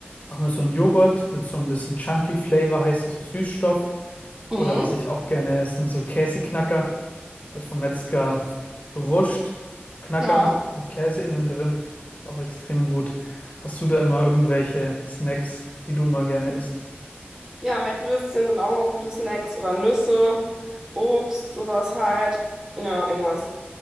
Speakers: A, on the left (about 40°); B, on the right (about 15°).
A: mache mir so einen Joghurt mit so ein bisschen Chunky Flavor, heißt das so Süßstoff.
B: Mhm,
A: Oder was ich auch gerne esse, so Käseknacker. Das heißt vom Metzger so Wurst, so Knacker
B: ja.
A: mit Käse innen drin. Ist auch extrem gut. Hast du da immer irgendwelche Snacks, die du mal gerne isst?
B: Ja, Mettwürstchen sind auch immer gute Snacks oder Nüsse, Obst, sowas halt. Ja, irgendwas,